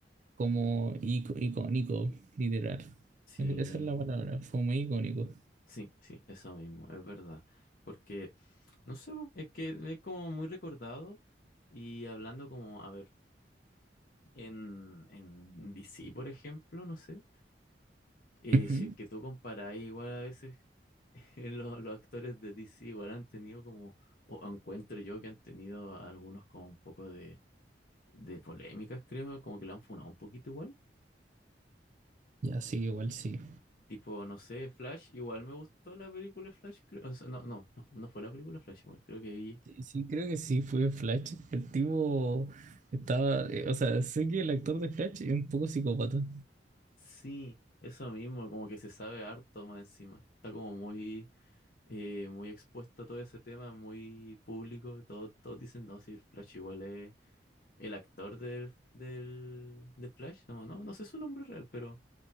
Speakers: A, on the right (about 45°); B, on the left (about 55°).
A: como ico- icónico, literal.
B: Sí,
A: E- Esa es la palabra, fue muy icónico.
B: sí, sí, eso mismo, es verdad. Porque, no sé, po, es que es como muy recordado y hablando como, a ver. En, en DC, por ejemplo, no sé. eh,
A: Ujú.
B: si es que tú comparas igual a veces <laughs> los, los actores de DC igual han tenido como, o encuentro yo que han tenido algunos como un poco de, de polémicas, creo, como que la han funado un poquito igual.
A: Ya sí, igual sí.
B: Tipo, no sé, Flash, igual me gustó la película Flash, creo, o sea, no, no, no fu- no fue la película Flash, igual, creo que vi,
A: Sí, sí, creo que sí, fue Flash. El tipo estaba, eh, o sea, sé que el actor de Flash es un poco psicópata.
B: sí, eso mismo, como que se sabe harto más encima, está como muy eh, muy expuesto a todo ese tema, muy público. Todos, todos dicen, no, si Flash igual es el actor del, del, de Flash, como, no, no sé su nombre real, pero